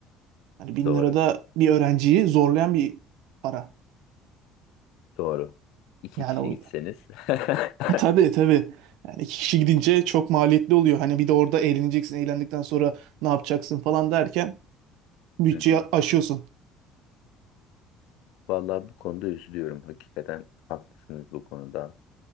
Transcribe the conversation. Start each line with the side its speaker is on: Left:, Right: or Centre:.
Right: Hani bin
Left: doğru
Right: lirada bir öğrenciyi zorlayan bir para.
Left: doğru. İki
Right: Yani
Left: kişi
Right: o
Left: gitseniz. <laughs>
Right: Tabii tabii. Yani iki kişi gidince çok maliyetli oluyor. Hani bir de orada eğleneceksin, eğlendikten sonra ne yapacaksın falan derken bütçeyi
Left: Hı hı.
Right: aşıyorsun.
Left: Vallahi bu konuda üzülüyorum. Hakikaten haklısınız bu konuda.